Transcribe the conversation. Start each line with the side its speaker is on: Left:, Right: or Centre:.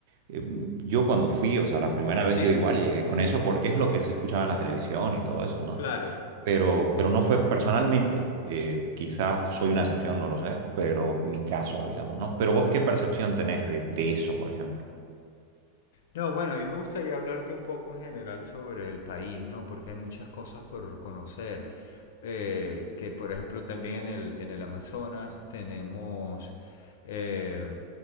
Right: eh, yo cuando fui, o sea, la primera
Left: sí,
Right: vez yo igual llegué con eso porque es lo que se escuchaba en la televisión y todo eso, ¿no?
Left: claro.
Right: Pero, pero no fue personalmente, eh, quizás soy una excepción, no lo sé, pero mi caso, digamos, ¿no? Pero vos, ¿qué percepción tenés de, de eso, por ejemplo?
Left: No, bueno, a mí me gustaría hablarte un poco en general sobre el país, ¿no? Porque hay muchas cosas por conocer. Eh, que por ejemplo también en el, en el Amazonas tenemos eh,